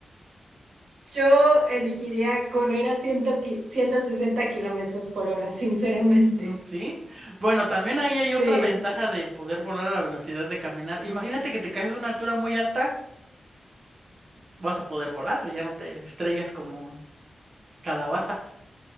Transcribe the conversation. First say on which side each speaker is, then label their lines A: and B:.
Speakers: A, on the right; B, on the right.
A: Yo elegiría correr a 100 160 kilómetros por hora, sinceramente.
B: Mm, Sí. Bueno, también ahí hay
A: Sí.
B: otra ventaja de poder volar a la velocidad de caminar. Imagínate que te caes de una altura muy alta, vas a poder volar, ya no te estrellas como calabaza.